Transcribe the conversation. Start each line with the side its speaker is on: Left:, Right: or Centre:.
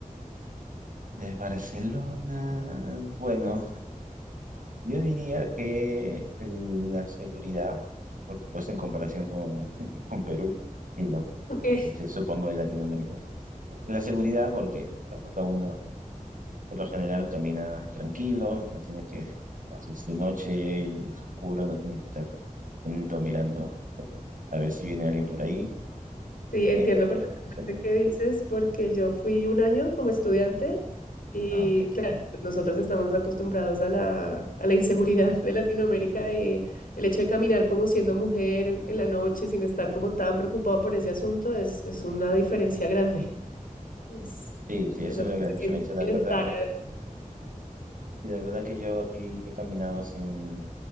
Right: De Barcelona, bueno, yo diría que el- la seguridad, por supuesto en comparación con, <laughs> con Perú y los
Left: Ok.
Right: países, supongo, de Latinoamérica, la seguridad porque claro, cada uno por lo general camina tranquilo, no tiene que, no, si es de noche y es oscuro, no tiene que estar atento mirando a ver si viene alguien por ahí.
Left: Sí,
Right: Eh,
Left: entiendo perfectamente
Right: sí,
Left: qué dices, porque yo fui un año como estudiante y
Right: ah, ok.
Left: claro, pues, nosotros estamos acostumbrados a la, a la inseguridad de Latinoamérica y el hecho de caminar como siendo mujer en, en la noche sin estar como tan preocupado por ese asunto es, es una diferencia grande. Es-
Right: Sí, sí, esa
Left: o sea,
Right: es la gran
Left: se
Right: diferencia.
Left: siente
Right: La
Left: bienestar.
Right: verdad que,
Left: eh,
Right: y la verdad que yo aquí he caminado sin